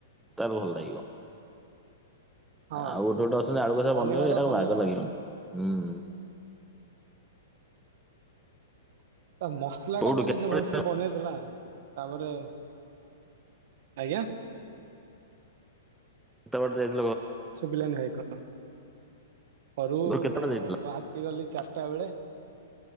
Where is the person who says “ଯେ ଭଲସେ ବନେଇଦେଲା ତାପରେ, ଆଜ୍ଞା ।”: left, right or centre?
Right